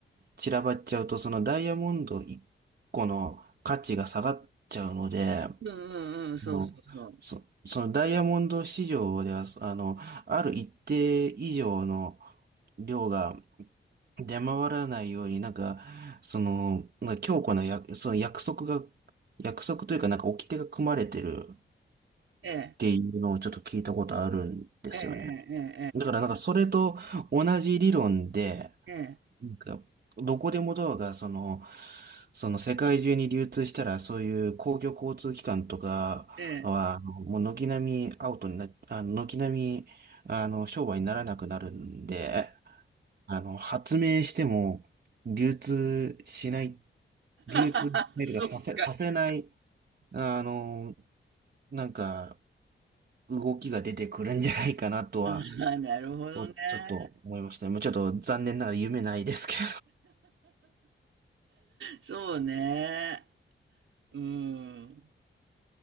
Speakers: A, on the right; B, on the right.
A: 散らばっちゃうと、そのダイヤモンド1個の価値が下がっちゃうので、
B: うんうんうん、そうそうそう。
A: あの、そ、そのダイヤモンド市場では、あの、ある一定以上の量が出回らないように、なんか、その、なんか強固なや、その約束が、約束というか、なんか掟が組まれてるっ
B: ええ、
A: ていうのをちょっと聞いたことあるんですよね。
B: ええ、
A: だからなんかそれと同じ理論で、
B: ええ、ええ、ええ、
A: なんか、どこでもドアが、その、その世界中に流通したら、そういう公共交通機関とかは、
B: ええ。
A: あのもう軒並みアウトになっ、あの、軒並み、あの、商売にならなくなるんで、あの、発明しても、流通しない、流通しないというか、
B: <laughs> あ、そうか。
A: させ、させない、あの、なんか、動きが出てくるんじゃないかなとは、
B: ああ、なるほどね。
A: おちょっと思いましたね。もうちょっと残念ながら夢ないですけど。
B: そうね。うん。